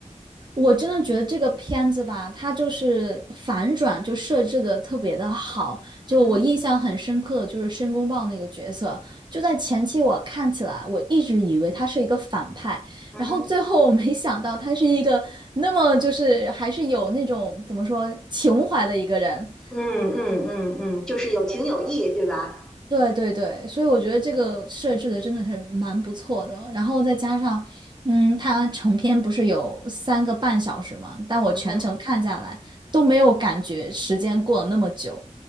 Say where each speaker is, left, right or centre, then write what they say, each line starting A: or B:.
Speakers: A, on the right; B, in the centre.
A: 我真的觉得这个片子吧，它就是反转就设置的特别的好。就我印象很深刻的就是申公豹那个角色，
B: 嗯哼，
A: 就在前期我看起来我一直以为他是一个反派，
B: 嗯哼，
A: 然后最后我没想到他是一个那么就是还是有那种怎么说情怀的一个人。
B: 嗯嗯嗯嗯，就是有情有义，对吧？
A: 对对对，所以我觉得这个设置的真的是蛮不错的。然后再加上，嗯，它成片不是有三个半小时嘛，但我全程看下来都没有感觉时间过了那么久。
B: 嗯哼。